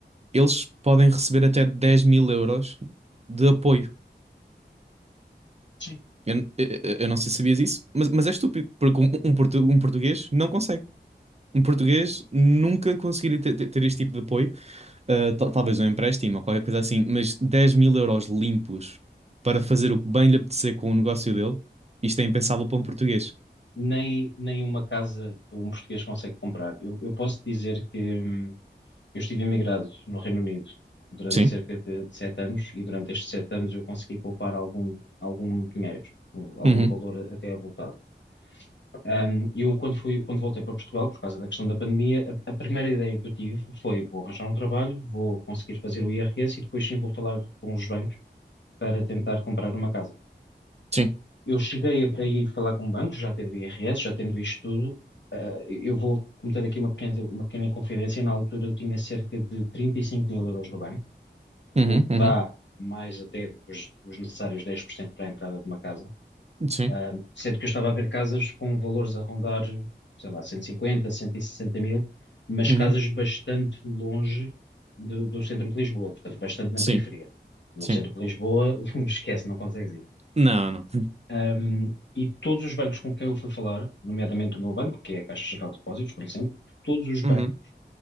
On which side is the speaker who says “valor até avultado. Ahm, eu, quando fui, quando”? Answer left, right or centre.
Left